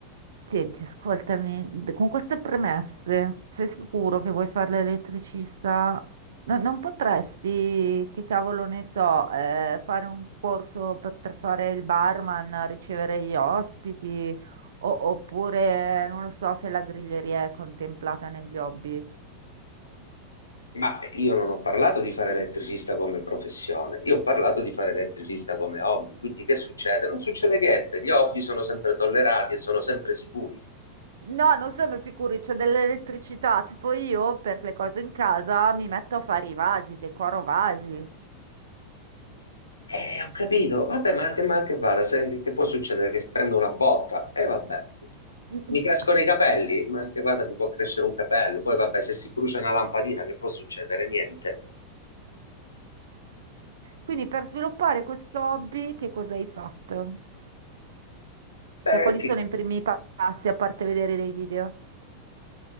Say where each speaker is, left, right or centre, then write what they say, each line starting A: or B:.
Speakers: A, on the right; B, on the left.
A: senti, ascoltami, d- con queste premesse, sei sicuro che vuoi fare l'elettricista? No- non potresti, che cavolo ne so, eh, fare un corso per, per fare il barman, ricevere gli ospiti, o- oppure, non lo so, se la griglieria è contemplata negli hobby.
B: ma io non ho parlato di fare elettricista come professione, io ho parlato di fare elettricista come hobby, quindi che succede? Non succede niente, gli hobby sono sempre tollerati e sono sempre sicuri.
A: No, non sono sicuri, c'è dell'elettricità, tipo io per le cose in casa mi metto a fare i vasi, decoro vasi.
B: E ho capito, vabbè, ma che, ma che vada, se- che può succedere che prendo una botta? E vabbè,
A: <laughs>
B: mi crescono i capelli, ma che vada, mi può crescere un capello, poi vabbè, se si brucia una lampadina, che può succedere? Niente.
A: Quindi per sviluppare questo hobby, che cosa hai fatto?
B: Eh,
A: Cioè, quali
B: chi-
A: sono i primi pa- passi a parte vedere dei video?